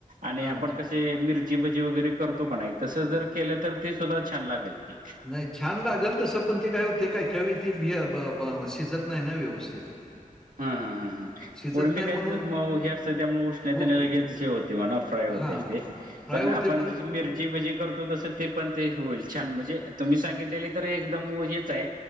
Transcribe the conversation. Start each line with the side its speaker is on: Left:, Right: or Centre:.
Right: आणि
Centre: हां.
Right: आपण कसे मिरची भजी वगैरे करतो का नाही, तस जर केल तर ते सुद्धा छान लागेल की.
Centre: नाही छान लागल तस पण ते काय होते काय काही काही वेळा ते भे ब ब शिजत नाही ना व्यवस्थित. <inaudible>
Right: ह ह ह ह
Centre: शिजत
Right: कोळंबी
Centre: नाही
Right: काही
Centre: म्हणून
Right: मऊ असते त्यामुळे उष्णतेने
Centre: हो की.
Right: लगेच हे होते म्हणा फ्राय होतय
Centre: हां,
Right: ते.
Centre: फ्राय
Right: पण
Centre: होते
Right: आपण जशी मिरची भजी करतो तस ते पण ते हे होईल छान. म्हणजे तुम्ही सांगितलेली तर एकदम हेच आहे.